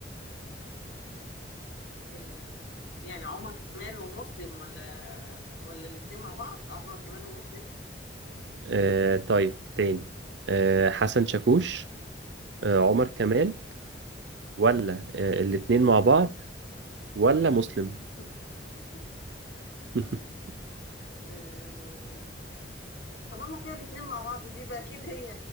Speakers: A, on the left; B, on the right.
A: آه، يعني عمر كمال ومسلم ولا ولا الاتنين مع بعض عمر كمال ومسلم
B: أه طيب تاني أه حسن شاكوش أه
A: مم.
B: عمر كمال ولا أه الاتنين مع بعض ولا مسلم
A: <laughs>
B: <laughs>
A: آه، طالما فيها الاتنين مع بعض دي بقى أكيد هي